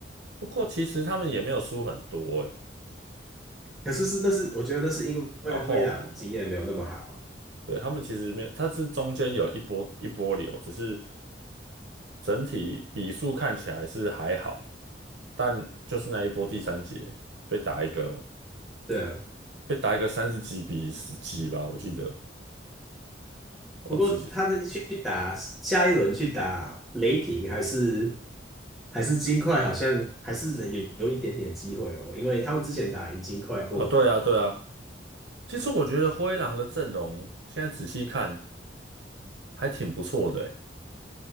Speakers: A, on the right; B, in the centre.
A: 不过其实他们也没有输很多哎，
B: 可是是那是我觉得那是因为灰狼经验没有那么好，
A: 然后对，他们其实没有，它是中间有一波一波流，只是整体比数看起来是还好，但就是那一波第三节被打一个
B: 对啊。
A: 被打一个三十几比十几吧，我记得我自己
B: 不过他的去打下一轮去打雷霆还是还是金块，好像还是有有一点点机会哦，因为他们之前打赢金块过嘛。
A: 啊，对啊对啊，其实我觉得灰狼的阵容现在仔细看还挺不错的欸，